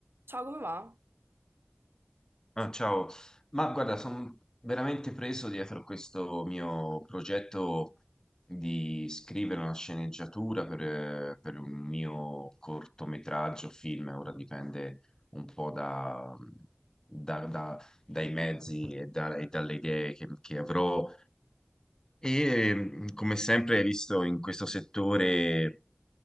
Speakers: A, on the right; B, on the left.
A: Ciao, come va?
B: Ah, ciao, ma guarda, sono veramente preso dietro questo mio progetto di scrivere una sceneggiatura per, eh, per un mio cortometraggio, film, ora dipende un po' da- da- da- dai mezzi e, da- e dalle idee che, che avrò, e mh, come sempre, hai visto in questo settore